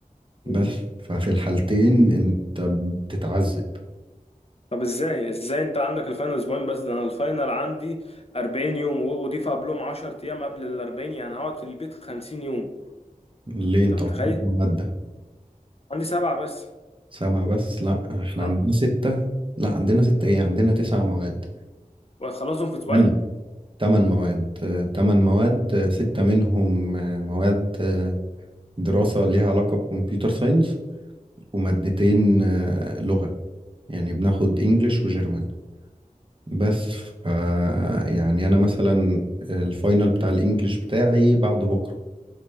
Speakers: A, on the left; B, on the right.
A: مم.
B: بس ففي الحالتين انت بتتعذب
A: طب ازاي ازاي انت عندك الفاينل اسبوعين بس ده انا الفاينل عندي 40 يوم و- وضيف قبلهم 10 ايام قبل ال 40 يعني هقعد في البيت 50 يوم
B: ليه
A: انت
B: انت
A: متخيل
B: عندكم مادة
A: عندي سبعة بس
B: سبعة بس لا احنا
A: اه
B: عندنا ستة لا عندنا ستة ايه عندنا تسع مواد
A: وهتخلصهم في اسبوعين
B: يعني تمن مواد آه، تمن مواد آه، ستة منهم آه، مواد آه، دراسة ليها علاقة بكمبيوتر ساينس ومادتين آه، لغة يعني بناخد انجليش وجيرمان بس ف يعني انا مثلا الفاينل بتاع الانجليش بتاعي بعد بكرة